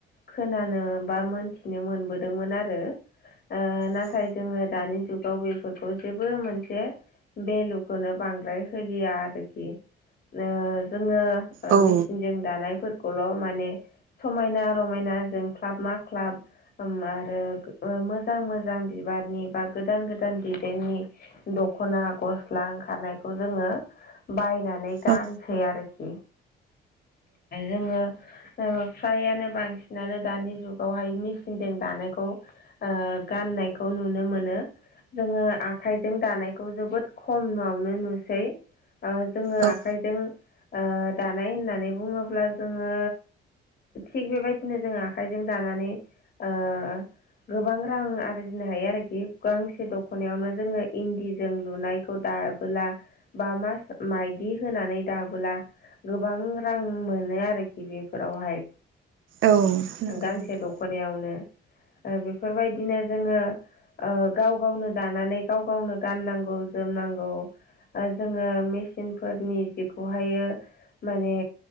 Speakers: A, on the left (about 50°); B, on the right (about 80°).
A: खोनानो बा मोनथिनो मोनबोदोंमोन आरो। ओ नाथाय
B: नंगौ।
A: जोङो दानि जुग आव बेफोरखौ जेबो मोनसे भेलुखौनो बांद्राय होलिया आरोखि ओ जोङो ओ
B: औ
A: मेसिनजों दानायफोरखौल' माने समायना रमायना जोंक्लाब माक्लाब आरो मोजां मोजां बिबारनि बा गोदान गोदान दिजाइननि दख'ना गस्ला ओंखारनायखौ जोङो बायनानै गानसै
B: औ
A: आरोखि। जोङो फ्रायानो बांसिनानो दानि जुगावहाय मेसिनजों दानायखौ ओ गाननायखौ नुनो मोनो। जोङो आखा इजों दानायखौ जोबोद खमावनो नुसै। जोङो
B: औ
A: आखाइजों ओ दानाय होननानै बुङोब्ला जोङो थिग बेबायदिनो जोङो आखाइजों दानानै ओ गोबां रां आरजिनो हायो आरोखि। गांसे दख'नायावनो जोङो इन्दिजों लुनायखौ दाबोला बा मा माइदि होनानै दाबोला गोबां रां मोनो आरोखि बेफोरावहाय।
B: औ नंगौ
A: गांसे
B: नोंथां।
A: दख खनायावनो ओ बेफोरबायदिनो जोङो ओ गाव गावनो दानानै गाव गावनो गाननांगौ-जोमनांगौ। ओ जोङो मेसिनफोरनि जिखौहायो माने